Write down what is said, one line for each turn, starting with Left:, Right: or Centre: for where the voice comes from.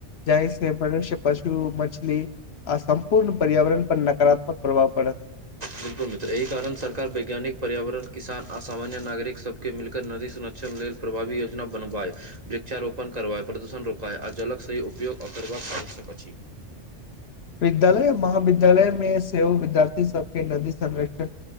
Left: जाहिसँ मनुष्य, पशु, मछली आ सम्पूर्ण पर्यावरणपर नकारात्मक प्रभाव पड़त।
Right: बिलकुल मित्र, एहि कारण सरकार वैज्ञानिक पर्यावरण, किसान आ सामान्य नागरिक सबके मिलकर नदी संरक्षण लेल प्रभावी योजना बनबाए वृक्षारोपण करवाए, प्रदूषण रोकवाय आ जलक सही उपयोग आ <unintelligible> करबाक आवश्यक अछि।
Left: विद्यालय, महाविद्यालयमे सेहो विद्यार्थी सभकेँ नदी संरक्षण